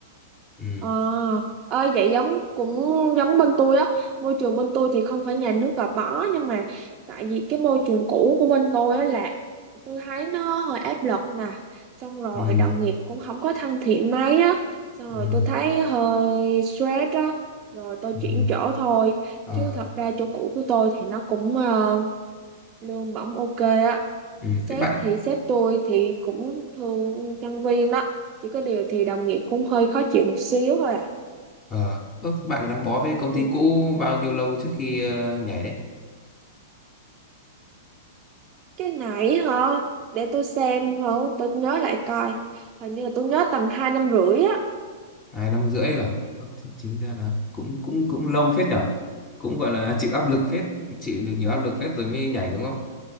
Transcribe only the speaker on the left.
ừ
ừ
ừ
ừ
Ờ,
ừ
thế bạn
ờ ơ, bạn gắn bó với
công ty cũ bao nhiêu lâu trước khi ờ, nhảy đấy
hai năm rưỡi rồi Ơ, thế chính ra là cũng cũng cũng lâu phết nhở cũng gọi là chịu áp lực phết chịu được nhiều áp lực phết rồi mới nhảy đúng không